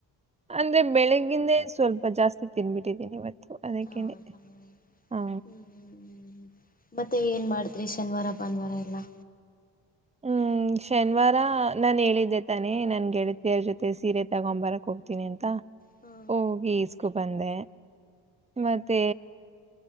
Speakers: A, on the right; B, on the left.
A: ಅಂದ್ರೆ ಬೆಳಿಗ್ಗಿಂದೇ ಸ್ವಲ್ಪ ಜಾಸ್ತಿ ತಿನ್ಬಿಟ್ಟಿದ್ದೀನಿ ಇವತ್ತು ಅದಕ್ಕೇನೆ
B: ಹೌದಾ
A: ಹಾ
B: ಹ್ಮ್ ಮತ್ತೆ ನ್ ಮಾಡಿದ್ರಿ ಶನಿವಾರ ಭಾನುವಾರ ಎಲ್ಲಾ
A: ಹ್ಮ್ ಶನಿವಾರ ನಾನನ್ ಹೇಳಿದ್ದೆ ತಾನೆ ನನ್ಗೆ ದೇರ್ ಜೊತೆ ಸೀರೆ ಬರಕ್ ಹೋಗ್ತೀನಿ ಅಂತ
B: ಹ್ಮ
A: ಹೋಗಿ ಈಸ್ಕೊ ಬಂದೆ ಮತ್ತೆ